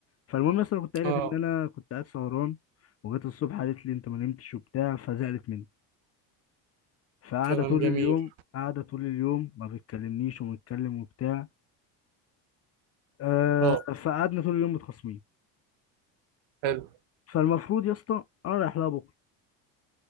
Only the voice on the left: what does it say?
فالمهم اصلا كنت قايل
لك ان انا كنت قاعد سهران وجت الصبح قالت لي انت ما نمتش وبتاع فزعلت مني فقاعده
طول
اليوم قاعده طول اليوم ما بتكلمنيش ومتكلم وبتاع آه
فقعدنا طول اليوم متخاصمين
فالمفروض يا اسطى انا رايح لها بكره